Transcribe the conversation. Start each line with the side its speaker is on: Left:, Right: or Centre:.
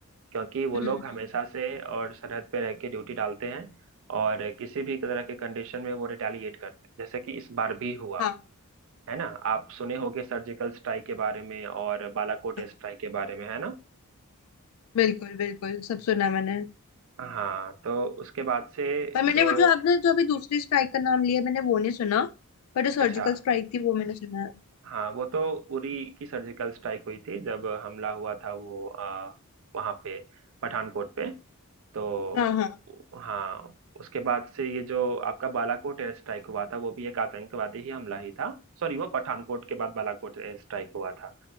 Right: क्योंकि वो
Left: हम्म
Right: लोग
Left: हम्म
Right: हमेशा से और सरहद पे रह के ड्यूटी डालते हैं और किसी भी तरह के कंडीशन में वो रिटेलिएट करते हैं जैसे कि इस बार भी हुआ
Left: हाँ
Right: है ना आप सुने होंगे सर्जिकल स्ट्राइक के बारे में और बालाकोट
Left: हाँ,
Right: स्ट्राइक के बारे में है ना
Left: बिल्कुल बिल्कुल सब सुना मैंने
Right: हाँ तो उसके बाद से
Left: पर मैंने
Right: जो
Left: वो जो आपने जो अभी दूसरी स्ट्राइक का नाम लिया मैंने वो नहीं सुना पर जो
Right: अच्छा
Left: सर्जिकल स्ट्राइक थी वो मैंने सुना है
Right: हाँ वो तो उरी की सर्जिकल स्ट्राइक हुई थी जब हमला हुआ था वो आ, वहां पे पठानकोट पे तो
Left: हाँ हाँ
Right: हाँ उसके बाद से ये जो आपका बालाकोट एयर स्ट्राइक हुआ था वो भी एक आतंकवादी ही हमला ही था सॉरी वो पठानकोट के बाद बालाकोट एयर स्ट्राइक हुआ था